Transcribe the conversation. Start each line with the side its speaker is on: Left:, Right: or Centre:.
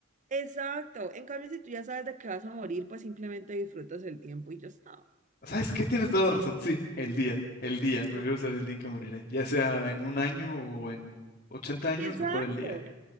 Right: Exacto. En cambio, si tú ya sabes de qué vas a morir, pues simplemente disfrutas el tiempo y ya está.
Left: ¿Sabes qué? Tienes toda la razón. Sí, el día, el día. Prefiero
Right: Mm.
Left: ser el día en que moriré. Ya sea en un año o en ochenta años,
Right: Exacto.
Left: mejor el día.